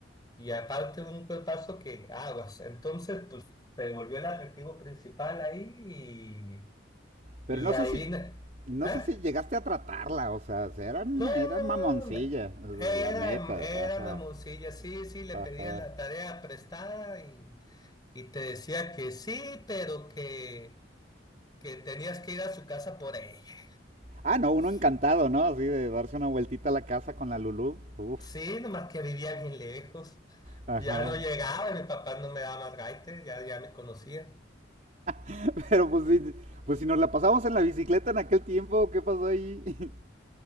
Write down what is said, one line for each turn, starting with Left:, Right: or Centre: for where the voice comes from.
Left: y aparte un cuerpazo que, aguas. Entonces, pues, se volvió el atractivo principal ahí
Right: Pero
Left: y,
Right: no
Left: y adivina,
Right: sé si. No
Left: ah
Right: sé si llegaste a tratarla, o sea, se- era,
Left: no,
Right: era mamoncilla,
Left: me-
Right: o
Left: era,
Right: sea, la neta.
Left: era
Right: Ajá.
Left: mamoncilla, sí, sí, le
Right: Ajá.
Left: pedía la tarea prestada y, y te decía que sí, pero que, que tenías que ir a su casa por ella. Y
Right: Ah,
Left: Pues,
Right: no, uno encantado, ¿no? Así de darse una vueltita a la casa con la Lulú. Uf.
Left: sí, nomás que vivía bien lejos.
Right: Ajá.
Left: Ya no llegaba, y mi papá no me daba más gaites, ya, ya me conocía.
Right: <laughs> Pero pues si, pues si nos la pasamos en la bicicleta en aquel tiempo, ¿qué pasó ahí? <laughs>